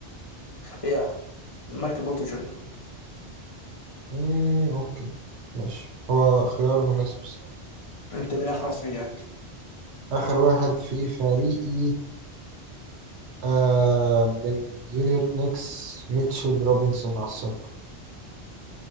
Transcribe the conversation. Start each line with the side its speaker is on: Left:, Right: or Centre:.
Left: ايه مايكل بورتو جونيور
Right: مم، أوكي ماشي هو خيار مناسب الصراحة
Left: انت مين اخر واحد في اياك
Right: آخر واحد في فريقي آه من نيويورك نيكس ميتشل روبنسون على السنتر